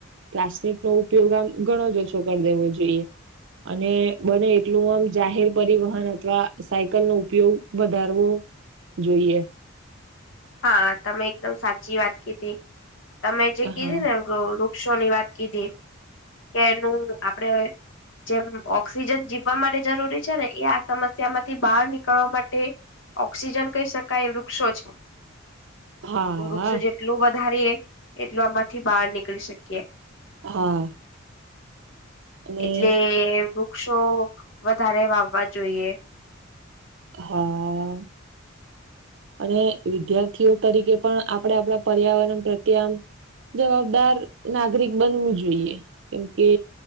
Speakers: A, on the right; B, on the left.
A: પ્લાસ્ટિક નો ઉપયોગ આમ ઘણો જ ઓછો કરી દેવો જોઈએ અને બને એટલું આમ જાહેર પરિવહન અથવા સાયકલ નો ઉપયોગ વધારવો જોઈએ
B: હા તમે એકદમ સાચી વાત કીધી તમે જે કીધી
A: હા
B: ને એમ રો વૃક્ષોની વાત કીધી કે એનું આપડે જેમ ઓક્સિજન જીવવા માટે જરૂરી છે ને એ આ સમસ્યા માંથી બહાર નીકળવા માટે ઓક્સિજન કહી શકાય વૃક્ષો છે.
A: હા
B: તો વૃક્ષ જેટલું વધારીએ એટલું આમાંથી બહાર નીકળી શકીએ.
A: હા. અને
B: એટલે વૃક્ષો વધારે વાવવા જોઈએ
A: હા. અને વિદ્યાર્થીઓ તરીકે પણ આપણે આપણા પર્યાવરણ પ્રત્યે આમ જવાબદાર નાગરિક બનવું જોઈએ, કેમ કે